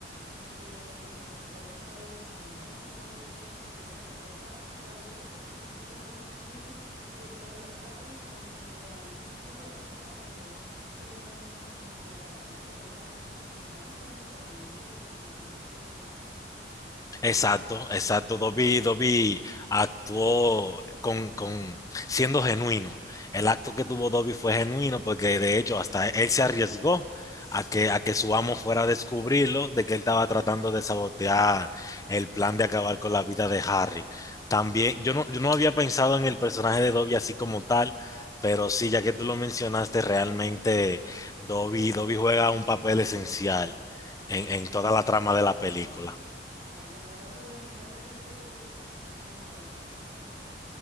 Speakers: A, on the right (about 60°); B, on the left (about 20°).
A: eh, porque pues estoy haciendo algo que me dijeron que no podía hacer y él de todas maneras va y sabiendo que hasta se tiene que hacer daño a sí mismo, busca ayudar a Harry, aunque realmente, realmente para cuando eso, pues no eran ni siquiera tan amigos, o sea, no es como que no, es que eran súper amigos, se conocían hace tiempo, no.
B: Exacto, exacto. Dobby, Dobby actuó con, con siendo genuino. El acto que tuvo Dobby fue genuino porque de hecho hasta él se arriesgó a que, a que su amo fuera a descubrirlo de que él estaba tratando de sabotear el plan de acabar con la vida de Harry. También, yo no, yo no había pensado en el personaje de Dobby así como tal, pero sí, ya que tú lo mencionaste, realmente Dobby, Dobby juega un papel esencial en en
A: Sí.
B: toda la trama de la película.
A: Ay, la verdad, sí, bueno, ¿y cuál es tu, tu personaje favorito de la saga?